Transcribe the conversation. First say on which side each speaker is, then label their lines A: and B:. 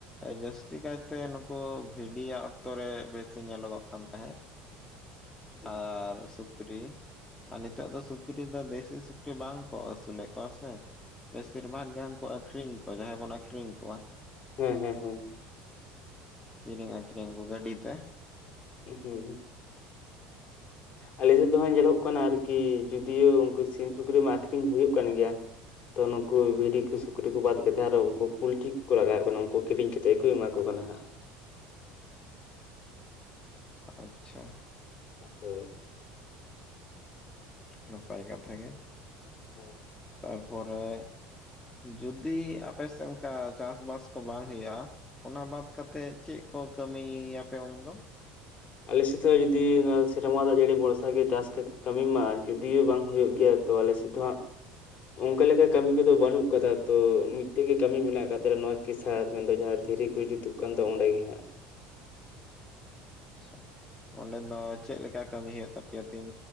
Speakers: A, on the left; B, on the left.
A: ᱡᱟᱹᱥᱛᱤ ᱠᱟᱭᱛᱮ ᱱᱩᱠᱩ ᱵᱷᱤᱰᱤᱭᱟᱜ ᱚᱠᱛᱚ ᱨᱮ ᱵᱮᱥᱤ ᱧᱮᱞᱚᱜᱚᱜ ᱠᱟᱱ ᱛᱟᱦᱮᱸᱫ᱾
B: <inaudible>
A: ᱟᱨ ᱥᱩᱠᱨᱤ ᱟᱨ ᱱᱤᱛᱚᱜ ᱫᱚ ᱥᱩᱠᱨᱤ ᱫᱚ ᱫᱮᱥᱤ ᱥᱩᱠᱨᱤ ᱵᱟᱝ ᱠᱚ ᱟᱹᱥᱩᱞᱮᱫ ᱠᱚᱣᱟ ᱥᱮ? ᱵᱮᱥᱤᱨ ᱵᱷᱟᱜᱽ ᱜᱮ ᱦᱟᱝᱠᱩ ᱟᱠᱷᱨᱤᱧ ᱠᱚ ᱡᱟᱦᱟᱸᱭ ᱵᱚᱱ ᱟᱠᱷᱨᱤᱧ ᱠᱚᱣᱟ ᱾
B: ᱦᱮᱸ-ᱦᱮᱸ-ᱦᱮᱸ ᱾
A: ᱠᱤᱨᱤᱧ ᱟᱠᱷᱨᱤᱧ ᱠᱚ ᱜᱟᱹᱰᱤ ᱛᱮ ᱾
B: ᱩᱸᱜ ᱦᱩᱸ ᱾ ᱟᱞᱮ ᱥᱮᱫ ᱫᱚ ᱦᱟᱜ ᱧᱮᱞᱚᱜ ᱠᱟᱱᱟ ᱟᱨᱠᱤ ᱡᱚᱫᱤᱭᱳ ᱩᱱᱠᱩ ᱥᱤᱢ ᱥᱩᱠᱨᱤ ᱢᱟ ᱟᱠᱷᱨᱤᱧ ᱦᱩᱭᱩᱜ ᱠᱟᱱ ᱜᱮᱭᱟ ᱛᱚ ᱱᱩᱠᱩ ᱵᱷᱤᱰᱤ ᱠᱚ ᱥᱩᱠᱨᱤ ᱠᱚ ᱵᱟᱫ ᱠᱟᱛᱮ ᱟᱨᱦᱚᱸ ᱩᱱᱠᱩ ᱯᱩᱞᱴᱨᱤ ᱠᱚᱠᱚ ᱞᱟᱜᱟᱣ ᱮᱫ ᱠᱟᱱᱟ ᱩᱱᱠᱩ ᱠᱤᱨᱤᱧ ᱠᱟᱛᱮᱫ ᱜᱮᱠᱚ ᱮᱢᱟ ᱠᱚ ᱟᱠᱚ ᱠᱟᱱᱟ ᱦᱟᱸᱜ᱾
A: ᱟᱪᱪᱷᱟ
B: ᱦᱳᱭ
A: ᱱᱟᱯᱟᱭ ᱠᱟᱛᱷᱟ ᱜᱮ᱾
B: ᱦᱩᱸ
A: ᱛᱟᱨᱯᱚᱨᱮ ᱡᱩᱚᱫᱤ ᱟᱯᱮᱥᱮᱫ ᱚᱱᱠᱟ ᱪᱟᱥ ᱵᱟᱥ ᱠᱚ ᱵᱟᱝ ᱦᱩᱭᱩᱜᱼᱟ ᱚᱱᱟ ᱵᱟᱫ ᱠᱟᱛᱮᱜ ᱪᱮᱫ ᱠᱚ ᱠᱟᱹᱢᱤᱭᱟᱯᱮ ᱩᱱᱫᱚ?
B: ᱟᱞᱮ ᱥᱮᱫ ᱫᱚ ᱡᱩᱫᱤ ᱱᱚᱣᱟ ᱥᱮᱨᱢᱟ ᱫᱟᱜ ᱡᱟᱹᱲᱤ ᱵᱚᱨᱥᱟ ᱜᱮ ᱪᱟᱥ ᱠᱟᱹᱢᱤ ᱢᱟ ᱡᱩᱫᱤᱭᱳ ᱵᱟᱝ ᱦᱩᱭᱩᱜ ᱜᱮᱭᱟ ᱛᱚ ᱟᱞᱮ ᱥᱮᱫᱷᱚ ᱦᱚᱸᱜ ᱚᱱᱠᱟ ᱞᱮᱠᱟ ᱠᱟᱹᱢᱤ ᱠᱚᱫᱚ ᱵᱟᱹᱱᱩᱜ ᱟᱠᱟᱫᱟ ᱛᱚ ᱢᱤᱫᱴᱮᱡ ᱜᱮ ᱠᱟᱹᱢᱤ ᱢᱮᱱᱟᱜ ᱟᱠᱟᱫ ᱛᱟᱞᱮ ᱱᱚᱣᱟ ᱠᱮᱥᱟᱨ ᱢᱮᱱᱫᱚ ᱡᱟᱦᱟᱸ ᱫᱷᱤᱨᱤ ᱠᱚ ᱡᱩᱛᱩᱜ ᱠᱟᱱ ᱫᱚ ᱚᱸᱰᱮ ᱜᱮ ᱦᱟᱸᱜ᱾
A: ᱟᱪᱪᱷᱟ ᱚᱸᱰᱮᱱ ᱫᱚ ᱪᱮᱫ ᱞᱮᱠᱟ ᱠᱟᱹᱢᱤ ᱦᱩᱭᱩᱜ ᱛᱟᱯᱮᱭᱟ ᱛᱤᱱ